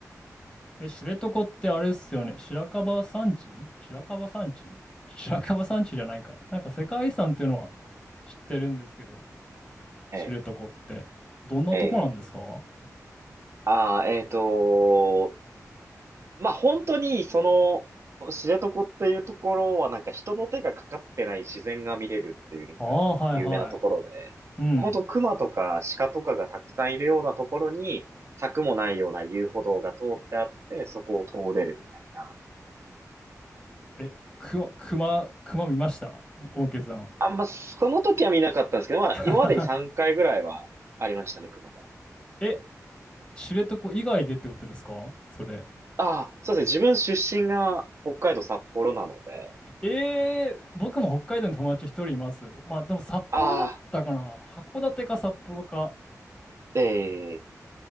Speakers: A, on the left; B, on the right.
A: え、知床ってあれっすよね。白樺山地白樺山地白樺山地じゃないか。なんか世界遺産っていうのは知ってるんですけど、
B: え
A: 知床って。どんなとこなんですかあ
B: え、ええ。ああ、えっと、まあ本当に、その、知床っていうところはなんか人の手がかかってない自然が見れるっていうのが
A: あー、はいは
B: 有名なところで、
A: い。うん。
B: 本当熊とか鹿とかがたくさんいるようなところに、柵もないような遊歩道が通ってあって、そこを通れるみたいな。
A: え、くま熊、熊見ましたオーケーさん。
B: あんま、その時は見なかったんですけど、まあ今までに3回ぐらいはありましたね、
A: <laughs>
B: 熊は。
A: え、知床以外でってことですかそれ。
B: ああ、そうですね。自分出身が北海道札幌なので、
A: えー、僕も北海道に友達一人います。まあでも札幌だったかな。
B: ああ、
A: 函館か札幌か。
B: ええ